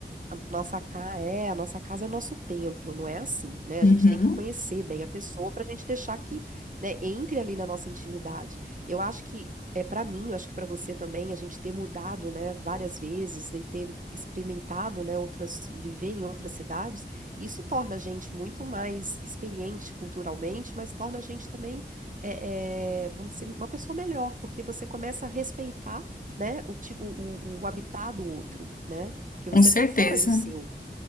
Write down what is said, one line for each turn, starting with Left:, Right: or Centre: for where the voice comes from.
Right: a nossa casa é, a nossa casa é o nosso templo, não é assim, né?
Left: Uhum,
Right: A gente tem que conhecer bem a pessoa para a gente deixar que, né, entre ali na nossa intimidade. Eu acho que é para mim, eu acho que para você também, a gente ter mudado, né, várias vezes e ter experimentado, né, outras, viver em outras cidades, isso torna a gente muito mais experiente culturalmente, mas torna a gente também, é, é, vamos dizer, uma pessoa melhor, porque você começa a respeitar né, o tipo, o, o habitar do outro, né? Porque você
Left: com certeza.
Right: tá fora do seu,